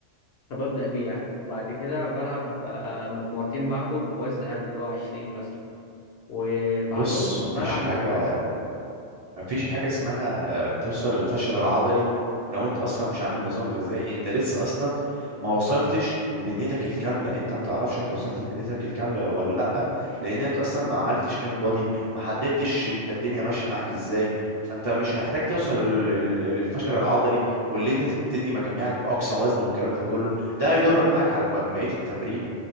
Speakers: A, on the left; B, on the right.
A: فببدا بيه يعني وبعد كده بلعب آه مجموعتين بعده بوزن اقل اللي هو 20 مثلا وبعدهم
B: بص مفيش
A: بلعب
B: حاجة
A: بالفراشه
B: مفيش حاجة اسمها آه، توصل للفشل العضلي لو انت اصلا مش عامل نظام غذائي انت لسه اصلا ما وصلتش لبنيتك الكاملة انت ما تعرفش انت وصلت لبنيتك الكاملة ولا لأ لان انت اصلا ما عملتش انبادي ما حددتش انت الدنيا ماشية معاك ازاي فانت مش محتاج توصل لل- لل- للفشل العضلي واللي انت تبتدي مجاميعك بأقصى وزن والكلام ده كله ده هيضر معاك على ب- بقية التمرينة